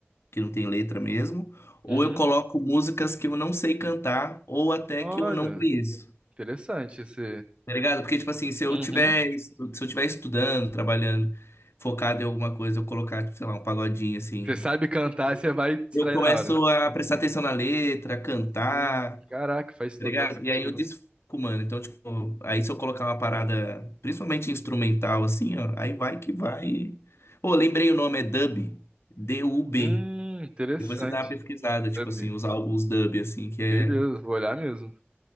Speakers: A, on the left (about 80°); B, on the right (about 25°).
A: que não tem letra mesmo, ou
B: uhum,
A: eu coloco músicas que eu não sei cantar, ou até
B: Olha,
A: que eu não conheço.
B: interessante esse.
A: Tá ligado? Porque, tipo assim, se eu
B: uhum.
A: tiver, estu- se eu tiver estudando, trabalhando, focado em alguma coisa, eu colocar, tipo, sei lá, um pagodinho assim.
B: Você sabe cantar, você vai distrair
A: Eu começo
B: na hora.
A: a prestar atenção na letra, a cantar,
B: Sim,
A: tá
B: caraca, faz total
A: ligado?
B: sentido.
A: E aí eu desfoco, mano. Então, tipo, aí se eu colocar uma parada, principalmente instrumental, assim, ó, aí vai que vai. Ô, lembrei o nome, é dub. D-U-B.
B: Hum, interessante.
A: Depois você dá uma pesquisada, tipo
B: sabe?
A: assim, os álbuns dub, assim, que é.
B: Beleza, vou olhar mesmo.